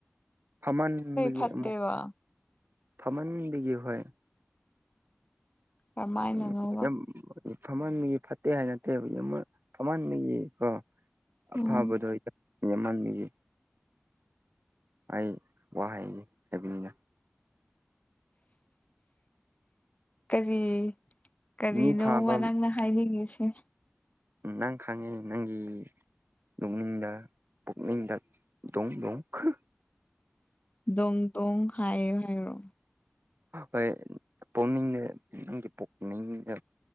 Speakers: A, on the right; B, on the left.
A: ꯐꯝꯃꯟꯕꯒꯤ
B: ꯐꯠꯇꯦꯕ
A: ꯑꯃꯨꯛ ꯐꯝꯃꯟꯕꯒꯤ ꯍꯣꯏ
B: ꯀꯔꯝꯃꯥꯏꯅꯅꯣꯕ
A: ꯎꯝ ꯌꯥꯝ ꯐꯝꯃꯟꯕꯒꯤ ꯐꯠꯇꯦ ꯍꯥꯏ ꯅꯠꯇꯦꯕ ꯌꯥꯝꯅ ꯐꯝꯍꯟꯕꯒꯤ ꯀꯣ ꯑꯐꯕꯗ
B: ꯎꯝ
A: ꯌ ꯃꯤꯍꯟꯒꯤ ꯑꯩ ꯋꯥ ꯍꯥꯏꯒꯦ ꯍꯥꯏꯕꯅꯤꯅ
B: ꯀꯔꯤ ꯀꯔꯤꯅꯣ
A: ꯃꯤ ꯐꯥꯕ
B: ꯃꯅꯥꯪꯅ ꯈꯥꯏ ꯂꯩꯒꯦꯁꯤꯦ
A: ꯎ ꯅꯪ ꯈꯥꯡꯉꯦ ꯅꯪꯒꯤ ꯅꯣꯛꯅꯤꯡꯗ ꯄꯨꯛꯅꯤꯡꯗꯣꯡꯣꯡꯈ
B: ꯗꯣꯡ ꯇꯣꯡ ꯍꯥꯏꯌ ꯍꯥꯏꯔꯣ
A: ꯑꯩꯣꯏ ꯄꯨꯛꯅꯤꯡꯗ ꯅꯪꯒꯤ ꯄꯨꯛꯅꯤꯡꯗ